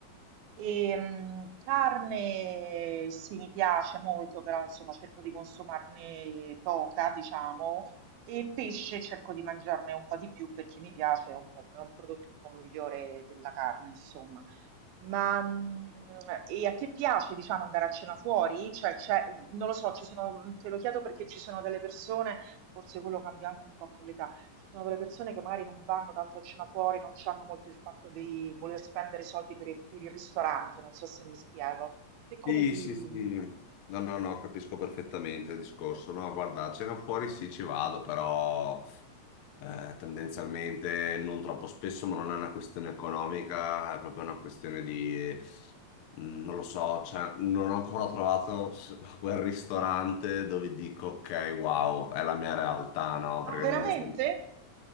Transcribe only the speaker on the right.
E, mh, carne sì, mi piace molto, però insomma cerco di consumarne poca, diciamo, e pesce cerco di mangiarne un po' di più perché mi piace, è un po'- è un prodotto un po' migliore della carne, insomma. Ma mh, e a te piace, diciamo, andare a cena fuori? Cioè, c'è- non lo so, ci sono, te lo chiedo perché ci sono delle persone, forse quello cambia anche un po' con l'età. Ci sono delle persone che magari non vanno tanto a cena fuori, non hanno molto il fatto di voler spendere i soldi per il, per il ristorante, non so se mi spiego. Te come
ti...
Ah, veramente?